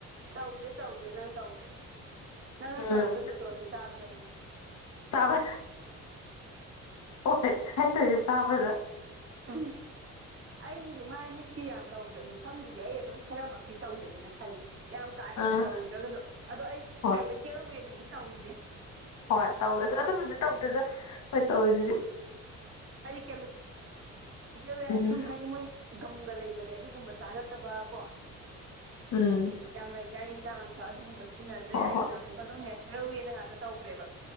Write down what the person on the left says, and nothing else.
ꯎꯝ
ꯆꯥꯕ ꯍꯣꯏ ꯑꯩꯅ ꯇꯧꯔꯤꯁꯦ ꯆꯥꯕꯗ
ꯑꯥ
ꯍꯣꯏ
ꯍꯣꯏ ꯇꯧꯔꯁꯨ ꯑꯗꯨꯝꯕꯨꯗꯤ ꯇꯧꯗꯦꯗ ꯍꯣꯏ ꯇꯧꯔꯤꯁꯤꯗꯤ
ꯎꯝ
ꯎꯝ
ꯍꯣꯏ
ꯍꯣꯏ